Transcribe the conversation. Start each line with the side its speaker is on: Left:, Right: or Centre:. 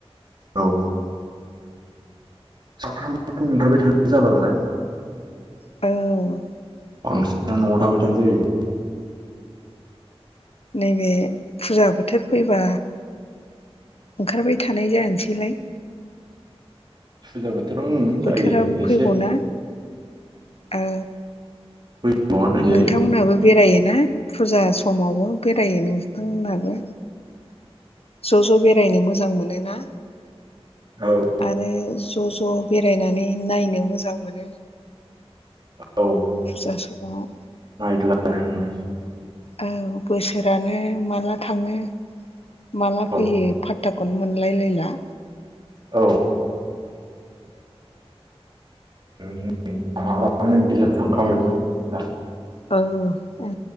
Right: औ साथाथामाथ' ओंखारबाय थानो जाला नालाय
Left: औ
Right: बांसिनानो न आव थाबाय थानाय जायो
Left: नैबे फुजा बोथोर फैबा ओंखारबाय थानाय जानोसैलाय
Right: फुजा बोथोरावनो उम
Left: बोथोराबो
Right: जायो
Left: फैगौना
Right: एसे
Left: औ
Right: बैसोआनो होनजायो
Left: नोंथांमोनहाबो बेरायोना फुजा समाव नबो बेरायो नोंथांमोनहाबो ज' ज' बेरायनो मोजां मोनो ना
Right: औ
Left: आरो ज' ज' बेरायनानै नायनो मोजां मोनो
Right: औ
Left: फुजा समाव
Right: <inaudible>
Left: औ बोसोरानो माला थाङो माला
Right: औ
Left: फैयो पात्ताखौनो मोनलायलायला
Right: औ <unintelligible> थांखाबायमोन दा
Left: औ